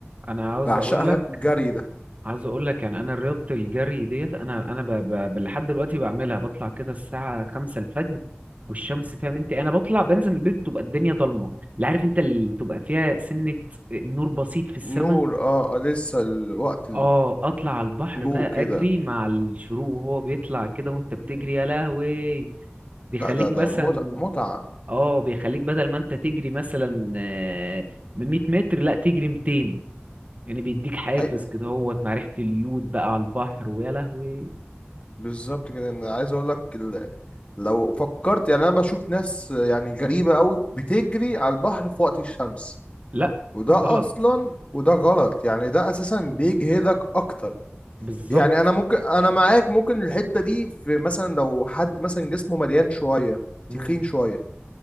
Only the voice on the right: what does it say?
انا عاوز
اقول لك
عاوز اقول لك يعني انا رياضه الجري ديت انا انا ب... ب... ب- لحد دلوقتي بعملها بطلع كده الساعه 5 الفجر والشمس فاهم انت انا بطلع بنزل من البيت بتبقى الدنيا ضلمه لا عارف انت اللي تبقى فيها سنه نور بسيط في السماء
اه اطلع على البحر
بقى
اجري مع الشروق وهو بيطلع كده وانت بتجري
يا لهوي بيخليك
مثلا
اه بيخليك بدل ما انت تجري مثلا آه، ب 100 متر لا تجري 200 يعني بيديك حافز
كده هوت مع ريحة اليود بقى على البحر ويا لهوي
لا
غلط
بالظبط
مم.